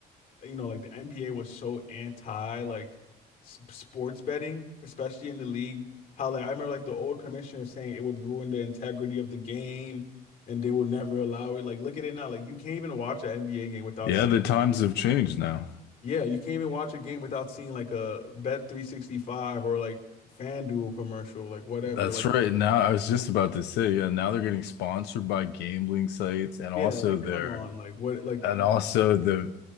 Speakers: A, on the left (about 55°); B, on the left (about 80°).
A: you know, like the NBA was so anti like s sports betting, especially in the league. How like I remember like the old commissioner saying it would ruin the integrity of the game and they will never allow it. Like look at it now. Like you can't even watch an NBA game without
B: Yeah,
A: seeing
B: the times have changed now.
A: yeah, you can't even watch a game without seeing like a Bet 365 or like FanDuel commercial, like whatever.
B: That's
A: Like
B: right. Now, I was just about to say, yeah, now they're getting sponsored by gambling sites and
A: yeah,
B: also
A: like
B: they're
A: come on. Like what like
B: and also the